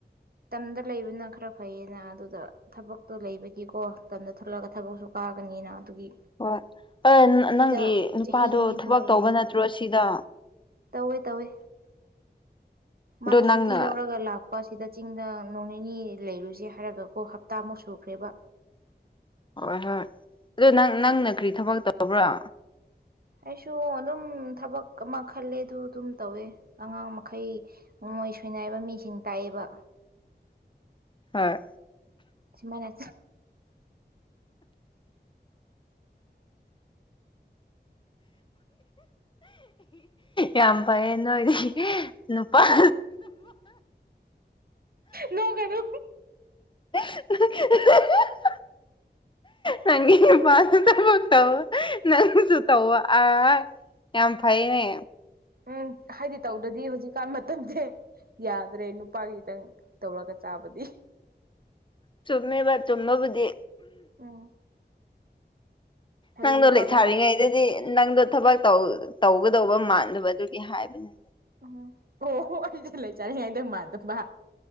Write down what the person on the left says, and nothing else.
ꯍꯣꯏ ꯅꯪꯒꯤ
ꯅꯨꯄꯥꯗꯣ
ꯊꯕꯛ ꯇꯧꯕ
ꯅꯠꯇ꯭ꯔꯣ ꯁꯤꯗ
ꯑꯗꯣ
ꯅꯪꯅ
ꯍꯣꯏ ꯍꯣꯏ ꯑꯣ ꯅꯪ ꯅꯪꯅ ꯀꯔꯤ ꯊꯕꯛ ꯇꯧꯕ꯭ꯔꯥ
ꯍꯣꯏ
ꯌꯥꯝ ꯐꯩꯌꯦꯦ ꯅꯣꯏꯗꯤ ꯅꯨꯄꯥ <inaudible>
<inaudible> ꯅꯪꯒꯤ ꯅꯨꯄꯥꯁꯨ ꯊꯕꯛ ꯇꯧ ꯅꯪꯁꯨ ꯇꯧꯑꯣ ꯑ ꯌꯥꯝ ꯐꯥꯏꯅꯦ
ꯆꯨꯝꯃꯦꯕ ꯆꯨꯝꯕꯕꯨꯗꯤ
ꯅꯪꯗꯣ
ꯂꯩꯁꯥꯔꯤꯉꯩꯗꯗꯤ
ꯅꯪꯗꯣ ꯊꯕꯛ ꯇꯧ ꯇꯧꯒꯗꯧꯕ ꯃꯥꯟꯗꯕ ꯑꯗꯨꯒꯤ ꯍꯥꯏꯕꯅꯤ